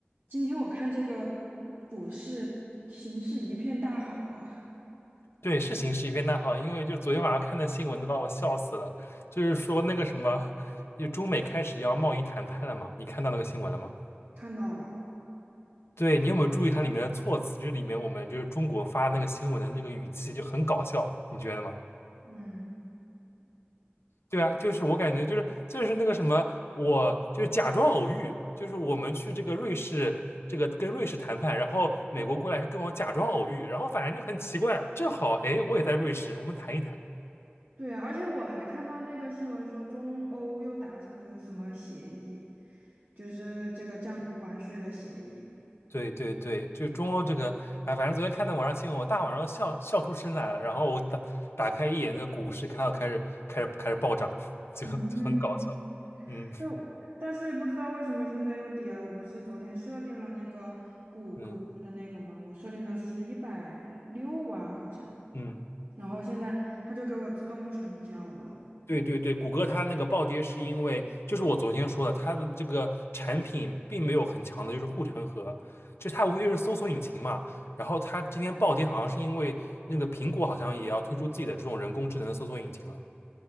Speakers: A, on the right (about 80°); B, on the left (about 85°).
A: 今天我看这个股市形势一片大好啊，
B: 对，是形势一片大好，因为就昨天晚上看的新闻都把我笑死了，就是说那个什么，就中美开始要贸易谈判了嘛，你看到那个新闻了吗？
A: 看到了。
B: 对，你有没有注意它里面的措辞？就是里面我们就是中国发那个新闻的那个语气就很搞笑，你觉得吗？
A: 嗯，
B: 对啊，就是我感觉就是就是那个什么，我就是假装偶遇，就是我们去这个瑞士，这个跟瑞士谈判，然后美国过来跟我假装偶遇，然后反正就很奇怪，正好哎我也在瑞士，我们谈一谈。
A: 对啊，而且我还看到那个新闻说，中欧又达成的什么协议，就是这个降低关税的协议。
B: 对对对，就是中欧这个，哎，反正昨天看到网上新闻，我大晚上笑笑出声来了。然后我打打开一眼那个股市，看到开始开始开始暴涨，<laughs> 就就很搞笑。
A: 嗯，
B: 嗯
A: 就但是不知道为什么现在又跌了。我不是昨天设定了那个谷歌的那个吗？
B: 嗯
A: 我设定的是一百六啊，好像，
B: 嗯，
A: 然后现在它就给我自动成交了。
B: 对对对，谷歌它那个暴跌是因为，就是我昨天说的，它的这个产品并没有很强的，就是护城河，就它无非就是搜索引擎嘛。然后它今天暴跌，好像是因为那个苹果好像也要推出自己的这种人工智能搜索引擎了。